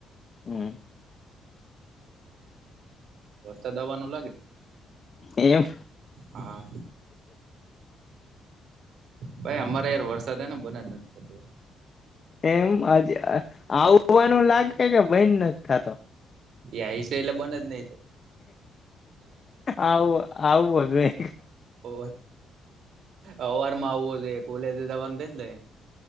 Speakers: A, on the left; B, on the right.
A: હમ
B: વરસાદ આપવાનું લાગે
A: એમ
B: હા ભાઈ અમારે યાર વરસાદ ને બના જ નથી <inaudible>
A: એમ હજ આવવાનું લાગે કે બઈન નથી થતો
B: એ હિશ એલે બન જ નહી થ
A: આવું આવું હજુ ન
B: ઓ અવાર માં આવો જોઈએ કોલેજ જવાનું થઈને જ